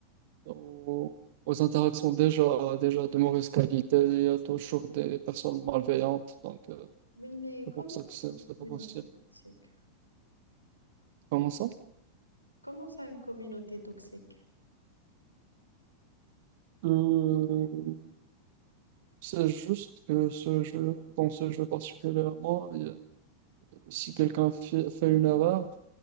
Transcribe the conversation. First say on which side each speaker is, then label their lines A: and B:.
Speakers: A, on the right; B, on the right.
A: aux, aux interactions déjà, déjà de mauvaise qualité. Il y a toujours des personnes malveillantes, donc euh,
B: Oui, mais
A: c'est
B: comment
A: pour ça que
B: ça
A: c'est
B: une
A: c'est
B: communauté
A: pas possible.
B: toxique?
A: Comment ça?
B: Comment ça une communauté toxique?
A: Euh, c'est juste que ce jeu, dans ce jeu particulièrement, il y a- si quelqu'un fait fait une erreur,